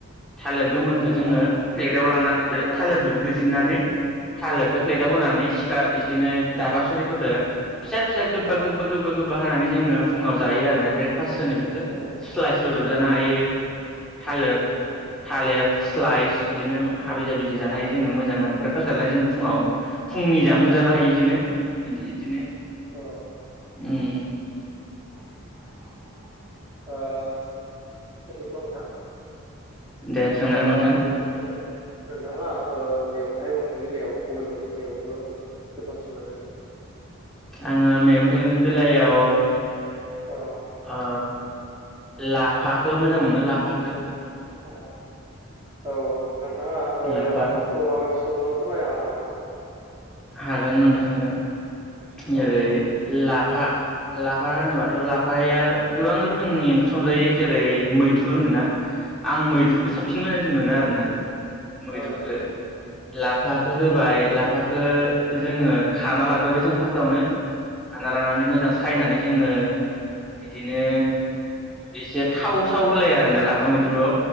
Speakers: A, in the centre; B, on the right.
A: थालिर गोमोनखौ जोङो
B: औ
A: प्लेटाव ला
B: औ
A: थालिर बिबोग नानै थालिरखौ प्लेटाव
B: औ
A: होनानै सिखा बिदिनो दाब सुरिफोरदो फिसा फिसा गोबा
B: औ
A: गोबा गोबा ह जोङो फुङाव जायो
B: औ
A: आरोोना ब्रेकफाज होनो बेखौ
B: औ
A: सइसर। रोबजानो हायो थालिर
B: औ
A: थालिर स्लाइस बिदिनो हाबि जाबि जानाय जोङो मोजां ब्रेकफास्ट खालामनाय ज फुङाव फुंनि जा मो जानो हायो बिदिनो बिदिनो
B: औ
A: ओं
B: ओ खाथिबो नोंथां।
A: दे सोंनांगोन
B: <inaudible> नोंथाङा
A: नोंथां
B: ओ मैगं-थाइगंनि बेलायाव बबे मोनसे मैगंखौ गोथावसिन मोनो?
A: आङो मैगं थाइगंनि बेलायाव
B: औ
A: ओ लाफाखौ मोजां मोनो लाफाखो
B: औ औ नोंथाङा ओ
A: लाफा
B: लाफाखौ माबायदि सङो फोरमायनो हागोन नामा नोंथां?
A: हागोन नोंथां हागोन। जेरै
B: औ
A: लाफा लाफा होनोबाथ' लाफाया गोबां रोखोमनि ओंख्रि संजायो जेरै- मैद्रु
B: औ
A: होनोना आं मैद्रुखौ साबसिन मोजांसिन मोनो आरोना। मैद्रुखौ
B: औ
A: लाफाखौ होबाय लाफाखौ जोङो
B: औ
A: खारना लाग्रोबाय जों फार्स्टआवनो खाना लानानै मोजां सायनानै जोङो बिदिनो एसे थाव साव होलाया आरो ना लाफा मैद्रुआव